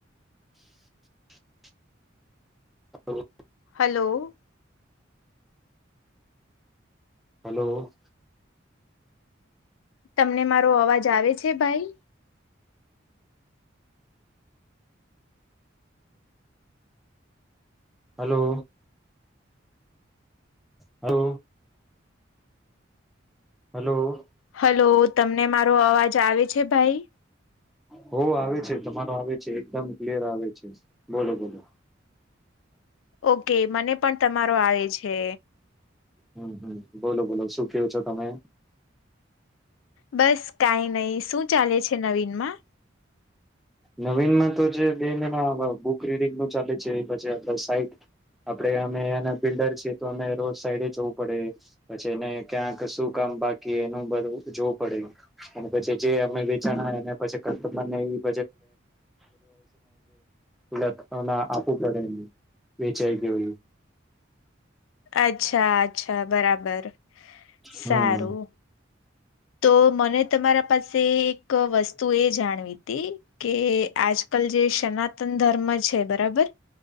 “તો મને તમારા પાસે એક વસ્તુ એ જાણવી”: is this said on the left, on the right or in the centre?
Left